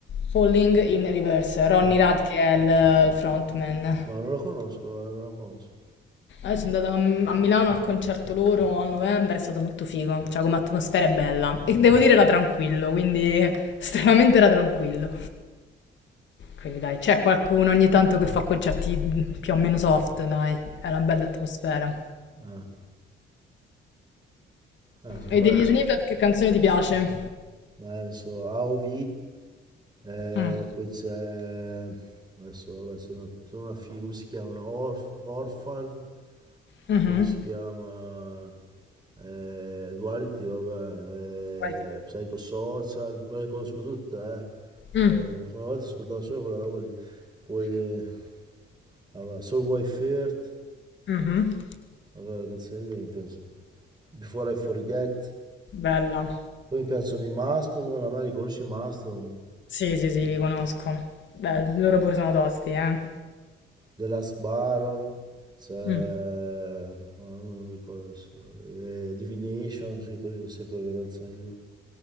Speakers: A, on the left (about 70°); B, on the right (about 20°).
A: Falling in Reverse, Ronny
B: No,
A: Rad che è il, il frontman.
B: No, non lo conosco, eh, non lo conosco.
A: Eh, sono andata a, a Milano al concerto loro a novembre, è stato molto figo, cioè come atmosfera è bella. E devo dire era tranquillo, quindi <laughs> estremamente era tranquillo. Quindi dai, c'è qualcuno ogni tanto che fa concerti più o meno soft, dai, è una bella atmosfera.
B: Ah, ah, sono
A: E
B: belle.
A: degli Snippet che canzone ti piace?
B: Ma adesso AOV, eh,
A: Mm.
B: poi c'è... Adesso, vabbè, c'è una, c'è una fi- come si chiama? Orf- Orphan,
A: Mhm.
B: come si chiama? Eh, Duality, vabbè,
A: Quali ti-
B: eh, Psychosocial, ma le conosco tutte, eh.
A: Mm,
B: Cioè, una volta ascoltavo solo quella roba lì. Poi, eh, vabbè, Soul Wife Earth,
A: mhm.
B: vabbè, le canzoni lì mi piacciono. Before I Forget,
A: Bella.
B: Poi mi piacciono i Mastodon, a me riconosci i Mastodon,
A: Sì, sì, sì, li conosco. Beh, loro pure sono tosti, eh.
B: The Last Baron, c'è... ma
A: Mm,
B: non mi ricordo adesso, eh, Divination, sì, quelle sempre le canzoni lì. E